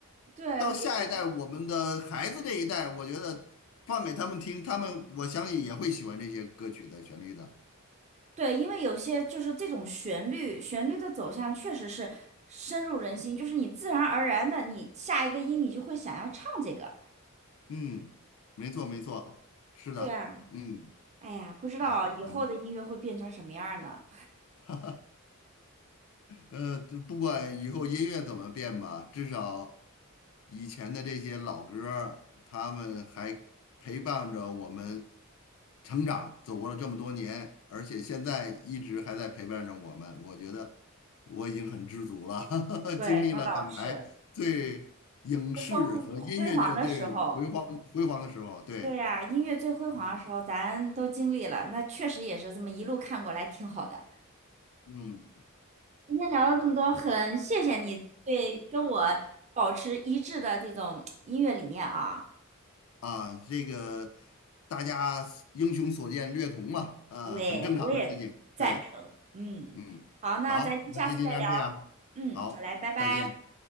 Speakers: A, on the right; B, on the left.
A: 对，
B: 到下一代，
A: 就是
B: 我们的孩子这一代，我觉得放给他们听，他们我相信也会喜欢这些歌曲的旋律的。
A: 对，因为有些就是这种旋律，旋律的走向确实是深入人心，就是你自然而然的，你下一个音你就会想要唱这个。
B: 嗯，没错没错，是的，
A: 对呀，
B: 嗯，
A: 哎呀，不知道以后的音乐会变成什么样儿呢？
B: 哎呀，反正。<laughs> 哈，呃，就不管以后音乐怎么变吧，至少以前的这些老歌儿他们还陪伴着我们成长，走过了这么多年，而且现在一直还在陪伴着我们。我觉得我已经很知足了，<laughs>
A: 对，
B: 经历了港台最影视和音乐界最辉煌辉煌的时候。
A: 那倒是，最风辉煌的时候，
B: 对，
A: 对呀，音乐最辉煌的时候咱都经历了，
B: 嗯
A: 那确实也是这么一路看过来，挺好的。
B: 嗯。
A: 今天聊了这么多，很谢谢你对跟我保持一致的这种音乐理念啊，
B: 啊，这个大家英雄所见略同嘛，啊，
A: 对，
B: 很正常的事情。
A: 我也赞成。
B: 对，
A: 嗯，
B: 嗯，
A: 好，那咱下次再聊。
B: 好，那就尽量这样。
A: 嗯，
B: 好，
A: 好嘞，拜拜。
B: 再见。